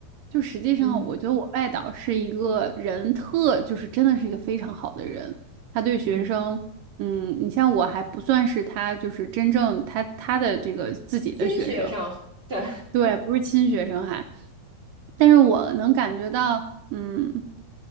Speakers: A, on the right (about 75°); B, on the right (about 35°).
A: 就实际上，
B: 嗯
A: 我觉得我外导是一个人特，就是真的是一个非常好的人，他对学生。
B: 嗯，
A: 嗯，你像我还不算是他，就是真正他他的这个自己的学生，
B: 金学生，对，
A: 对，不是亲学生还，但是我能感觉到，嗯，